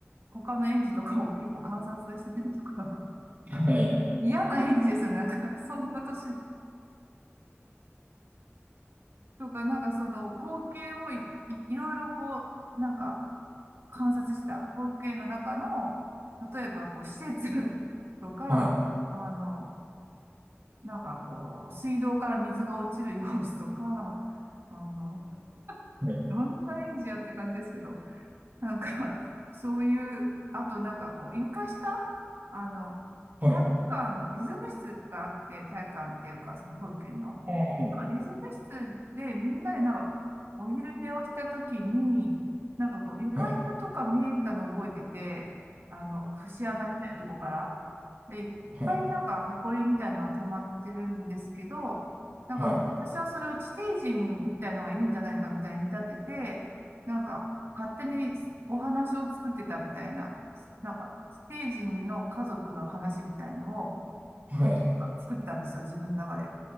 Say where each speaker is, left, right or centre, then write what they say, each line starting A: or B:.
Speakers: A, on the right; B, on the right.
A: 他の園児とかを結構観察してたりとか、
B: はい。
A: <laughs> 嫌な園児ですよね。なんか、そんな年とか、なんかその光景をい、いいろいろこう、なんか観察した光景の中の、例えばこう施設 <laughs> とか、
B: はい。
A: あの、なんかこう、水道から水が落ちる様子とか、あの、
B: はい。
A: どんな演じやって感じですけど、なんか、そういう、あとなんかこう、床下あの、
B: はい。
A: 体育館、リズム室があって、体育館っていうか、その保育園の。
B: あはいはい
A: なんかリズム室でみんなでなんかお昼寝をしたときに、なんかこう床下とか見えたのを覚えてて、
B: はい
A: あの、節穴みたいなとこから。で、いっぱいなんか埃みたいなのが溜まってるんですけど、
B: はいはい
A: なんか私はそれを地底人みたいのがいるんじゃないかみたいに見立てて、
B: はいはい
A: なんか勝手にお話を作ってたみたいな、なんか地底人の家族の話みたいのを
B: はい
A: あ作ったんですよ、自分の中で。